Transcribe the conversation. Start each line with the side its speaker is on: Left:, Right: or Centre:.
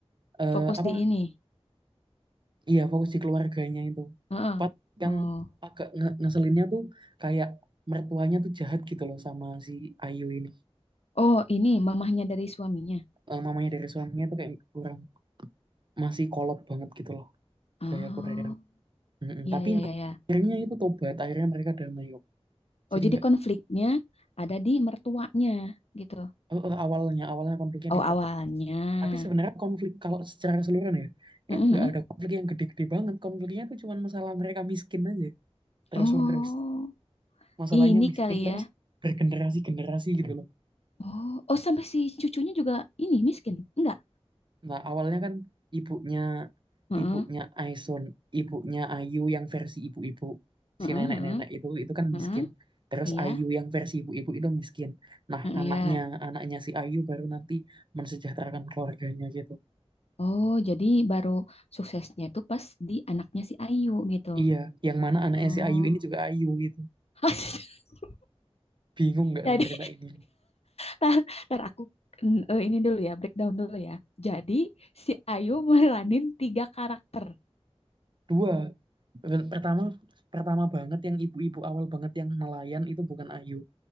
Right: eh,
Left: fokus
Right: apa
Left: di ini
Right: Iya, fokus di keluarganya itu.
Left: Heeh.
Right: Pas yang
Left: oh
Right: agak nge- ngeselinnya tuh kayak mertuanya tuh jahat gitu loh sama si Ayu ini.
Left: oh ini mamahnya dari suaminya
Right: Eh, mamanya dari suaminya tuh kayak kurang masih kolot banget gitu loh
Left: Oh.
Right: kayak Korea. Mm-mm.
Left: Iya,
Right: Tapi
Left: iya,
Right: na-
Left: iya, iya.
Right: akhirnya itu tobat, akhirnya mereka damai kok.
Left: Oh,
Right: Jadi
Left: jadi
Right: nggak
Left: konfliknya ada di mertuanya gitu.
Right: eh, eh, awalnya awalnya konfliknya
Left: Oh,
Right: di
Left: awalnya.
Right: mertua. Tapi sebenarnya konflik kalau secara keseluruhan ya
Left: Mhm.
Right: itu nggak ada konflik yang gede-gede banget. Konfliknya tuh cuma masalah mereka miskin aja terus
Left: Oh,
Right: menerus. Masalahnya
Left: ini
Right: miskin
Left: kali
Right: terus
Left: ya.
Right: bergenerasi-generasi gitu loh.
Left: Oh, oh sampai si cucunya juga ini miskin. Enggak.
Right: Nah, awalnya kan ibunya
Left: Heeh.
Right: ibunya Aison, ibunya Ayu yang versi ibu-ibu,
Left: Heeh,
Right: si nenek-nenek
Left: heeh,
Right: itu itu kan
Left: heeh.
Right: miskin. Terus
Left: Iya.
Right: Ayu yang versi ibu-ibu itu miskin. Nah,
Left: Heeh,
Right: anaknya
Left: iya.
Right: anaknya si Ayu baru nanti mensejahterakan keluarganya gitu.
Left: Oh, jadi baru suksesnya tuh pas di anaknya si Ayu gitu.
Right: Iya, yang mana anaknya
Left: Oh.
Right: si Ayu ini juga Ayu gitu.
Left: <laughs>
Right: Bingung nggak
Left: Jadi,
Right: tuh cerita ini?
Left: tar, tar aku mm, eh, ini dulu ya, breakdown dulu ya. Jadi si Ayu meranin tiga karakter.
Right: Dua, Per- pertama pertama banget yang ibu-ibu awal banget yang nelayan itu bukan Ayu.